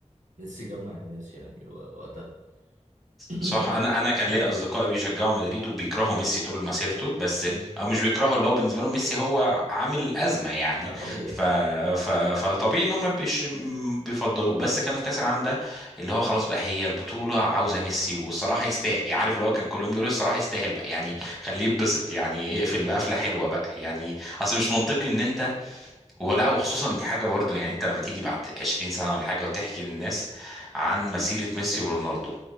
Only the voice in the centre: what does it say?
صح
انا انا كان
ليا اصدقائي بيشجعوا مدريد وبيكرهوا ميسي طول مسيرته بس
او مش بيكرهوا اللي هو بالنسبه لهم ميسي هو عامل ازمه يعني
ف... ف... فطبيعي ان هم ما بيش... م- بيفضلوه بس كانوا في كاس العالم ده اللي هو خلاص بقى هي البطوله عاوزه ميسي والصراحه يستاهل يعني عارف اللي هو كان كلهم بيقولوا الصراحه يستاهل بقى يعني خليه يتبسط يعني يقفل بقفله حلوه بقى يعني اصل مش منطقي ان انت ولا وخصوصا دي حاجه برضو يعني انت لما تيجي بعد 20 سنه ولا حاجه وتحكي للناس عن مسيره ميسي ورونالدو